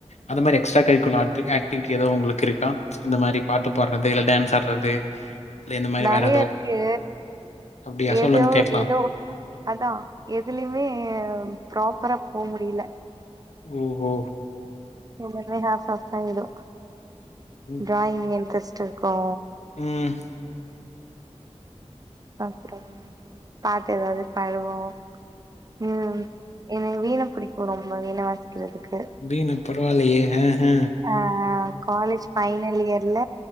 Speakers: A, on the left; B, on the right.
A: அந்த மாரி எக்ஸ்ட்ரா கரிக்குலர் ஆகி ஆக்டிவிட்டி எதா உங்களுக்கு இருக்கா இந்த மாரி பாட்டு பாடுறது இல்ல டான்ஸ் ஆடுறது இல்ல இந்த மாரி
B: நறைய
A: வேற ஏதோ
B: இருக்கு
A: அப்டியா
B: ஏதோ
A: சொல்லுங்க கேக்கலா
B: ஏதோ அதா எதுலயுமே ப்ராப்பரா போ முடியல
A: ஓ ஓ
B: <unintelligible> சாப்ட் ஆயிடு
A: ம்ஹ்ஹ்ம்.
B: டிராயிங் இன்ட்ரெஸ்ட் இருக்கு
A: ம்
B: அப்பறம் பாட்டு ஏதாவது பாடுவோ ம் எனக்கு வீணை பிடிக்கும் ரொம்ப வீணை வாசிக்கிறதுக்கு
A: வீணை பரவால்லயே அ அ
B: அ காலேஜ் பைனல் இயர்ல